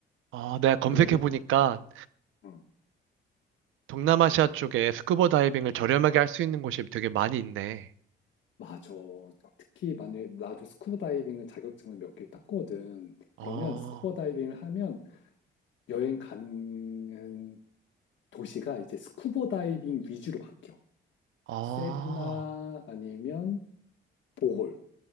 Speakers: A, on the right; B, on the left.
A: 어, 내가 검색해
B: 그러면,
A: 보니까
B: 응,
A: 동남아시아 쪽에 스쿠버 다이빙을 저렴하게 할 수 있는 곳이 되게 많이 있네.
B: 맞아. 특히 만약에 나도 스쿠버 다이빙을 자격증을 몇 개를 땄거든.
A: 어,
B: 그러면 스쿠버 다이빙을 하면 여행 가는 도시가 이제 스쿠버 다이빙 위주로 바뀌어.
A: 어,
B: 세부나 아니면 보홀.